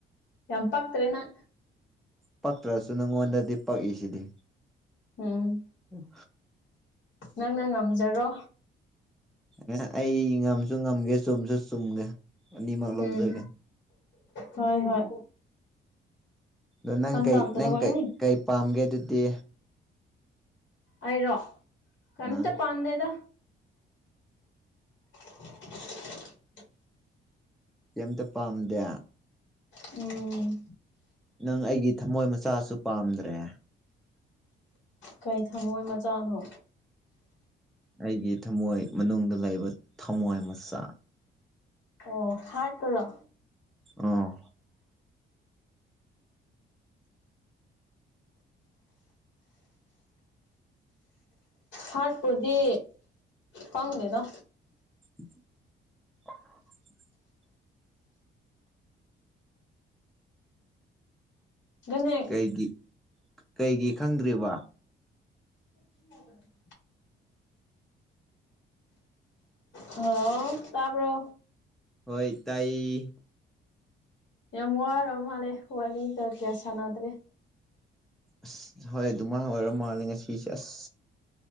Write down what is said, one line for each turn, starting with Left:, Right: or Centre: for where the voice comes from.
Left: ꯌꯥꯝ ꯄꯛꯇ꯭ꯔꯦ ꯅꯪ
Centre: ꯄꯛꯇ꯭ꯔꯁꯨ ꯅꯪꯉꯣꯟꯗꯗꯤ ꯄꯛꯏꯁꯤꯗꯤ
Left: ꯎꯝ
Centre: ꯍꯥ
Left: ꯅꯪꯅ ꯉꯝꯖꯔꯣ
Centre: ꯑꯦ ꯑꯩ ꯉꯝꯁꯨ ꯉꯝꯒꯦ ꯆꯨꯝꯁꯨ ꯆꯨꯝꯒꯦ ꯑꯅꯤꯃꯛ ꯂꯧꯖꯒꯦ
Left: ꯎꯝ ꯍꯣꯏ ꯍꯣꯏ
Centre: ꯑꯗꯣ ꯅꯪ
Left: ꯄꯟ
Centre: ꯀꯩ
Left: ꯇꯝꯇ
Centre: ꯅꯪ
Left: ꯂꯧꯒꯅꯤ
Centre: ꯀꯩꯩ ꯀꯩ ꯄꯥꯝꯒꯦ ꯑꯗꯨꯗꯤ
Left: ꯑꯩꯔꯣ ꯀꯔꯤꯃꯇ
Centre: ꯑ
Left: ꯄꯥꯝꯗꯦꯗ <inaudible>
Centre: ꯀꯔꯤꯃꯇ ꯄꯥꯝꯗꯦ
Left: ꯎꯝ
Centre: ꯅꯪ ꯑꯩꯒꯤ ꯊꯝꯃꯣꯏ ꯃꯆꯥꯁꯨ ꯄꯥꯝꯗ꯭ꯔꯦ
Left: ꯀꯩ ꯊꯝꯃꯣꯏ ꯃꯆꯥꯅꯣ
Centre: ꯑꯩꯒꯤ ꯊꯝꯃꯣꯏ ꯃꯅꯨꯡꯗ ꯂꯩꯕ ꯊꯝꯃꯣꯏ ꯃꯆꯥ
Left: ꯑꯣ ꯍꯥꯔꯠꯇꯨꯔꯣ
Centre: ꯑꯥ
Left: ꯍꯥꯔꯠꯄꯨꯗꯤ ꯈꯪꯗꯦꯗ
Centre: <inaudible>
Left: ꯒꯅꯦꯛ
Centre: ꯀꯩꯒꯤ ꯀꯩꯒꯤ ꯈꯪꯗ꯭ꯔꯤꯕ
Left: <inaudible> ꯍꯦꯜꯂꯣ ꯇꯥꯕ꯭ꯔꯣ
Centre: ꯍꯣꯏ ꯇꯥꯏꯌꯦ
Left: ꯌꯥꯝ ꯋꯥꯔꯕ ꯃꯥꯜꯂꯦ ꯋꯥꯔꯤ ꯀꯥ ꯀꯌꯥ ꯁꯥꯟꯅꯗ꯭ꯔꯦ
Centre: ꯑꯁ ꯍꯣꯏ ꯑꯗꯨꯃꯥꯏꯅ ꯑꯣꯏꯔ ꯃꯥꯜꯂꯦ ꯉꯁꯤꯁꯦ ꯑꯁ